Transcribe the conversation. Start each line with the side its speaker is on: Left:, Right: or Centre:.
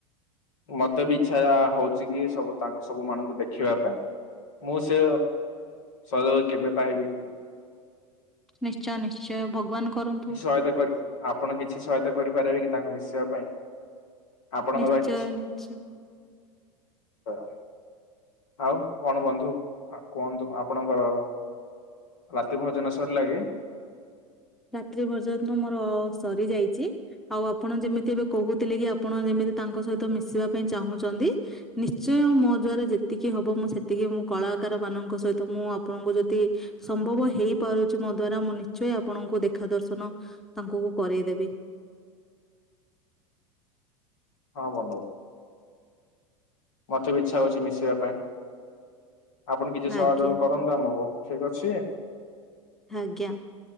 Left: ମତେ ବି ଇଚ୍ଛା ହଉଛି କି ସବୁ ତାଙ୍କ ସବୁ ମାନଙ୍କୁ ଦେଖିବା ପାଇଁ। ମୁଁ ସେ ସଜଗ କେବେ ପାଇବି କି?
Centre: ନିଶ୍ଚୟ ନିଶ୍ଚୟ ଭଗବାନ କରନ୍ତୁ।
Left: ସୟତା କର ଆପଣ କିଛି ସହାୟତା କରିପାରିବେ କି ତାଙ୍କୁ ମିଶେଇବା ପାଇଁ? ଆପଣଙ୍କ
Centre: ନିଶ୍ଚୟ
Left: ଦ୍ୱାରା କିଛି
Centre: ନିଶ୍ଚୟ
Left: <unintelligible> ଆଉ କଣ ବନ୍ଧୁ କୁହନ୍ତୁ ଆପଣଙ୍କର ରାତି ଭୋଜନ ସରିଲା କି?
Centre: ରାତ୍ରି ଭୋଜନ ମୋର ସରି ଯାଇଛି। ଆଉ ଆପଣ ଯେମିତି ଏବେ କହୁଥିଲେ କି ଆପଣ ଯେମିତି ତାଙ୍କ ସହିତ ମିଶିବା ପାଇଁ ଚାହୁଁଛନ୍ତି। ନିଶ୍ଚୟ ମୋ ଦ୍ୱାରା ଯେତିକି ହବ ମୁଁ ସେତିକି। ମୁଁ କଳାକାର ମାନଙ୍କ ସହିତ ମୁଁ ଆପଣଙ୍କୁ ଯଦି ସମ୍ଭବ ହେଇପାରୁଛି ମୋ ଦ୍ଵାରା ମୁଁ ନିଶ୍ଚୟ ଆପଣଙ୍କୁ ଦେଖା ଦର୍ଶନ ତାଙ୍କୁ କରେଇଦେବି।
Left: ହଁ ବନ୍ଧୁ। ମତେ ବି ଇଚ୍ଛା ହଉଛି ମିଶିବା ପାଇଁ। ଆପଣ କିଛି ସହଯୋଗ
Centre: ଆଜ୍ଞା
Left: କର ନ୍ତୁ ଆମକୁ ଠିକ ଅଛି।
Centre: ଆଜ୍ଞା